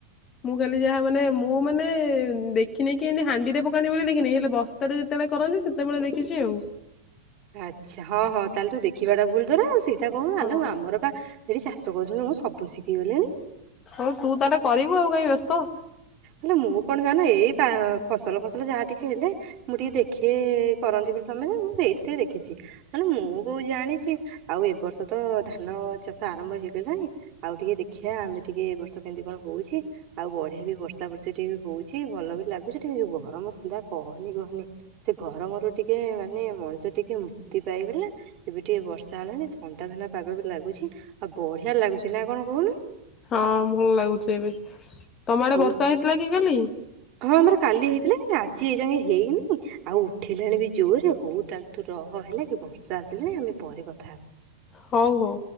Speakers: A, on the left; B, on the right.
A: ମୁଁ କାଲି ଯାହା ମାନେ ମୁଁ ମାନେ ଦେଖିନି କି ଏନି ହାଣ୍ଡିରେ ପକାନ୍ତିି ବୋଲି ଦେଖିନି ହେଲେ ବସ୍ତାରେ - କେତେବେଳେ କରନ୍ତି ସେତେବେଳେ ଦେଖିଛି ଆଉ।
B: ଆଚ୍ଛା ହଁ ହଁ ତାହେଲେ ତୁ ଦେଖିବା ଟା ଭୁଲ ତୋର ସେଇଟା କହୁନୁ
A: ହଁ
B: ଆଲୋ ଆମର ପା - ଏଠି ଚାଷ କରୁଛନ୍ତି ମୁଁ ସବୁ ଶିଖିଗଲେଣି।
A: ହଉ ତୁ ତାହେଲେ କରିବୁ ଆଉ କାଇଁ ବେସ୍ତ ହୋ
B: ହେଲେ ମୁଁ କଣ ଜାଣେ ଏଇପା ଫସଲ ଫସଲ ଯାହା ଟିକେ ହେଲେ ମୁଁ ଟିକେ ଦେଖି କରନ୍ତି ବୋଲି ତମେ ମୁଁ ସେଇଠି ଟିକେ ଦେଖିଚି। ହେଲେ ମୁଁ କୋଉ ଜାଣିଛି ଆଉ ଏ ବର୍ଷ ତ ଧାନ ଚାଷ ଆରମ୍ଭ ହେଇଗଲାଣି। ଆଉ ଟିକେ ଦେଖିବା ଆମେ ଟିକେ ଏ ବର୍ଷ କେମିତି କଣ ହଉଛି ଆଉ ବଢିଆ ବି ବ୍ ତା ପରେ ସେଠି ବି ହଉଚି ଭଲ ବି ଲାଗୁଚି ଟିକେ ଗରମ ଥିଲା କହନି କହନି - ସେ ଗରମରୁ ଟିକେ ମାନେ ମଣିଷ ଟିକେ ମୁକ୍ତି ପାଇଗଲା। ଏବେ ଟିକେ ବର୍ଷା ହେଲାଣି ଥଣ୍ଡା ଥଣ୍ଡା ପାଗ ବି ଲାଗୁଛି ଆଉ ବଢିଆ ଲାଗୁଛି ନା କଣ କହୁନୁ?
A: ହଁ ଭଲ ଲାଗୁଛି ଏବେ ତମ ଆଡେ
B: ହଉ
A: ବର୍ଷା ହେଇଥିଲା କି କାଲି?
B: ହଁ ଆମର କାଲି ହେଇଥିଲା ଆଜି ଏଜାଙ୍କେ ହେଇନି - ଆଉ ଉଠେଇଲାଣି ବି ଜୋରେ ହଉ ତାହେଲେ ତୁ ରହ ହେଲା କି ବର୍ଷା ଆସିଲାଣି ଆମେ ପରେ କଥା ହେବା।
A: ହଉ ହଉ।